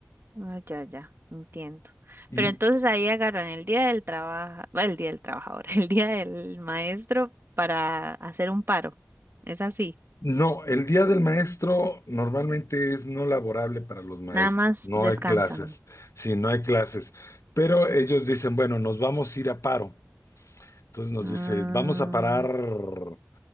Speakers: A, on the right; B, on the left.
A: Ah, ya, ya, entiendo.
B: Y
A: Pero entonces ahí agarran el día del trabajo, el día del trabajador, <laughs> el día del maestro para hacer un paro. Es así.
B: No, el día del maestro normalmente es no laborable para los maestros,
A: Nada más
B: no
A: descansan.
B: hay clases, sí, no hay clases, pero ellos dicen, bueno, nos vamos a ir a paro. Entonces nos
A: Mm,
B: dicen, vamos a parar